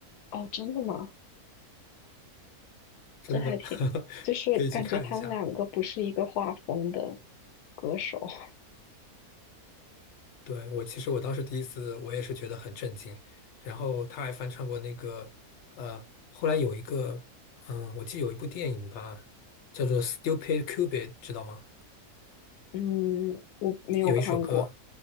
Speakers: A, on the left; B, on the left.
A: 哦，真的吗？
B: 真的，
A: 这还挺，
B: <laughs>
A: 就是感觉他们两个不是一个画风的
B: 可以去看一下。
A: 歌手。<laughs>
B: 对，我其实我当时第一次，我也是觉得很震惊。然后他还翻唱过那个，呃，后来有一个，嗯，我记得有一部电影吧，叫做《Stupid Cupid》，知道吗？
A: 嗯，我没有看过。
B: 有一首歌，